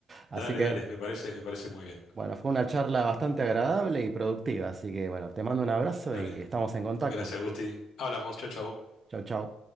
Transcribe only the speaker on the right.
Así
que
bueno, fue una charla bastante agradable y productiva, así que bueno, te mando un abrazo
y estamos en contacto.
Chao, chao.